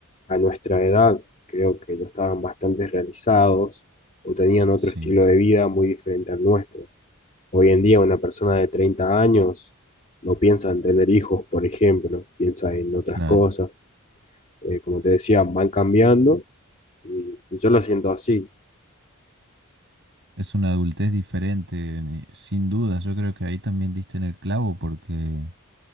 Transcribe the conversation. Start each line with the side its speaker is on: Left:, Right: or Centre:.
Left: a nuestra edad creo que ya estaban bastante realizados o tenían otro
Right: Sí,
Left: estilo de vida muy diferente al nuestro. Hoy en día una persona de 30 años no piensa en tener hijos, por ejemplo, piensa en otras
Right: claro.
Left: cosas. Eh, como te decía, van cambiando y, y yo lo siento así,
Right: Es una adultez diferente, ni- sin duda. Yo creo que ahí también diste en el clavo porque